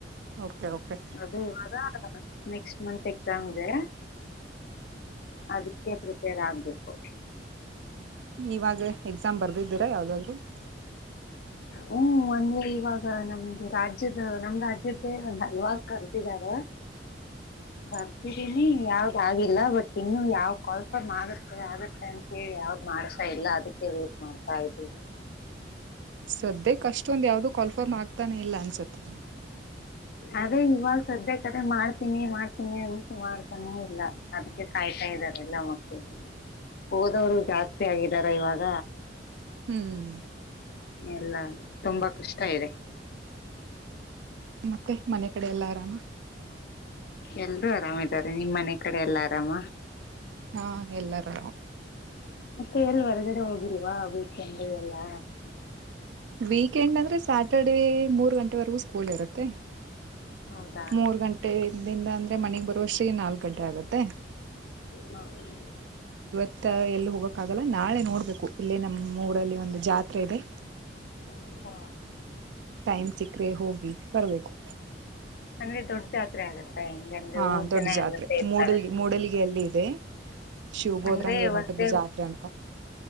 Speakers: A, on the right; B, on the left.
A: ಓಕೆ ಓಕೆ
B: ಅದೇ ಇವಾಗ. ನೆಕ್ಸ್ಟ್ ಮಂತ್ ಎಕ್ಸಾಮ ಇದೆ. ಅದಕ್ಕೆ ಪ್ರಿಪೇರ್ ಆಗ್ಬೇಕು.
A: ಇವಾಗ, ಎಕ್ಸಾಮ್ ಬರ್ದಿದ್ದೀರಾ ಯಾವ್ದಾದ್ರು? <unintelligible>
B: ಹ್ಮ್ ಅಂದ್ರೆ ಇವಾಗ ನಮ್ದು ರಾಜ್ಯದ ನಮ್ ರಾಜ್ಯದ್ದೇ, ಒಂದು ಹಲ್ವಾಗ್ ಕರೆದಿದ್ದಾರೆ.
A: ಹಾಂ
B: ಬರ್ತಿದೀನಿ. ಯಾವ್ದ ಆಾಗಿಿಲ್ಲ ಬಟ್ ಇನ್ನು ಯಾವ ಕಲ್ಪ ಆಗುತ್ತೆ, ಆಗುತ್ತೆ ಅಂತ ಕೇಳಿ ಯಾವ್ದ. ಮಾಡ್ತಾ ಇಲ್ಲ ಅದಕ್ಕೆ ವೇಟ್ ಮಾಡ್ತಾ ಇದ್ದೀವಿ.
A: ಸದ್ಯಕ್ಕೆಷ್ಟೊಂದ ಯಾವ್ದು ಕಾಲ್ಫರ್ಮ್ ಆಗ್ತಾನೆ, ಇಲ್ಲ ಅನ್ಸುತ್ತೆ.
B: ಅದೇ ಇವಾಗ ಶ್ರದ್ದೆ ಕಡೆ ಮಾಡ್ತೀನಿ, ಮಾಡ್ತೀನಿ ಉಂಟು ಮಾಡ್ತಾನೆ ಇಲ್ಲ, ಅದಕ್ಕೆ ಕಾಯ್ತಾ ಇದೆ. ಎಲ್ಲಾ ಮಕ್ಕಳಲ್ಲಿ ಹೋದವರು ಜಾಸ್ತಿ ಆಗಿದಾರ ಇವಾಗ.
A: ಹ್ಮ್
B: ಎಲ್ಲ ತುಂಬಾ ಕಷ್ಟ ಇದೆ.
A: ಮತ್ತೆ ಮನೆ ಕಡೆ ಎಲ್ಲಾ ಆರಾಮ.
B: ಎಲ್ರುೂ, ಆರಾಮಾರೆ ನಿಮ್ ಮನೆ ಕಡೆ ಎಲ್ಲಾ ಆರಾಮ.
A: ಹಾ ಎಲ್ಲಾರ.
B: ಮತ್ತೆ ಎಲ್ ಹೊರ್ಗಡೆ ಹೋಗಿಲ್ವಾ, ವೀಕೆಂಡ್ ಎಲ್ಲಾ.
A: ವೀಕೆಂಡ್ ಅಂದ್ರೆ, ಸ್ಯಾಟರ್ಡೇ ಮೂರು ಗಂಟೆವರೆಗೂ ಸ್ಕೂಲ್ ಇರುತ್ತೆ.
B: ಹೌದಾ
A: ಮೂರ್ ಗಂಟೆಯಿಂದಿಂದ ಅಂದ್ರೆ, ಮನೆಗ್ ಬರುವಷ್ಟೀ ನಾಲ್ಕ್ ಗಂಟೆ ಆಗತ್ತೆ..
B: ಕೆ
A: ತ್ತ ಎಲ್ಲಿ ಹೋಗಕ್ಕಾಗಲ್ಲ ನಾಳೆ ನೋಡ್ಬೇಕು ಇಲ್ಲೇ ನಮ್ಮ್ ಊರಲ್ಲಿ ಒಂದು ಜಾತ್ರೆ ಇದೆ
B: ಹ ಹಾ
A: ಟೈಮ್ ಸಿಕ್ಕ್ರೆ ಹೋಗಿ ಬರ್ಬೇಕು
B: ಅಂದ್ರೆ ದೊಡ್ಡ ಜಾತ್ರೆ ಆಗತ್ತಾ ಹೆಂಗ ಅಂದ್ರೆ
A: ಹಾ
B: ಊರ್
A: ದೊಡ್ಡ
B: ಜನ
A: ಜಾತ್ರೆ
B: ಎಲ್ಲ ಸೇರ್ತಾರ
A: ಮೂಡಲ್ ಮೂಡಲಗಿಯಲ್ಲಿ ಇದೆ ಶಿವಬೋದ್ರಂಗ
B: ಅಂದ್ರೆ
A: ಮಠದ
B: ಒಂದೇ
A: ಜಾತ್ರೆ ಅಂತ